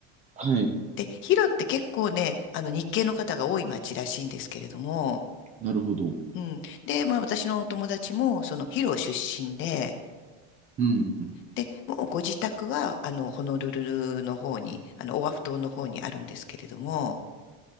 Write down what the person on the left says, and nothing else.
で、ヒロって結構ね、あの、日系の方が多い町らしいんですけれども、
うん。で、まあ私のお友達も、そのヒロ出身で、
で、もうご自宅は、あの、ホノルルルの方に、あの、オアフ島の方にあるんですけれども、